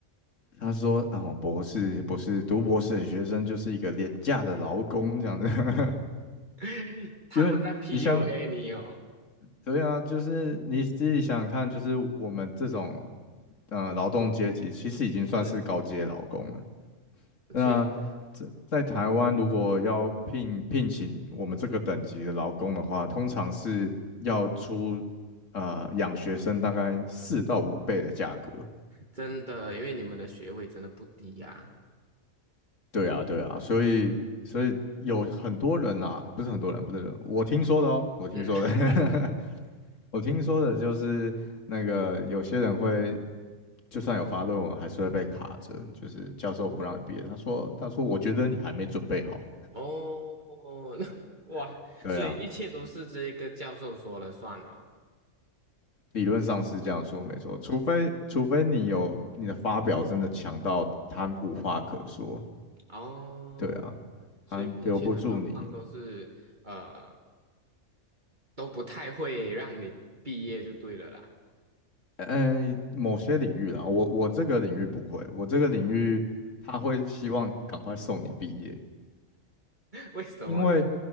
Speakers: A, on the left; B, on the right.
A: “他说，哦，博士博士，读博士的学生就是一个廉价的劳工这样子，<laughs>
B: <laughs> 他们在
A: 因为你想，
B: PUA 你哦？
A: 对啊，就是你自己想想看，就是我们这种呃劳动阶级，其实已经算是高阶劳工了。
B: 是，
A: 那在在台湾，
B: 确实
A: 如果要聘聘请我们这个等级的劳工的话，通常是要出呃养学生大概四到五倍的价格。
B: 真的，因为你们的学位真的不低呀、
A: 对啊，对啊，所以所以有很多人啦，不是很多人，不是我听说的哦，我听说的，
B: 嗯。<laughs>
A: <laughs> 我听说的就是那个有些人会，就算有发论文，还是会被卡着，就是教授不让你毕业。
B: 哦
A: 他说他说我觉得你还没准备好。
B: 哦哦，<laughs> 那哇，
A: <laughs> 对啊。
B: 所以一切都是这个教授说了算了。
A: 理论上是这样说，
B: 哦，
A: 没错，除非除非你有你的发表真的强到他无话可说，
B: 哦，
A: 对啊，
B: 所以目前的状况都是呃
A: 他留不住你。
B: 都不太会让你毕业就对了啦。
A: 呃，某些领域啦，我我这个领域不会，我这个领域他会希望赶快送你毕业，
B: <laughs> 为什么呢？
A: 因为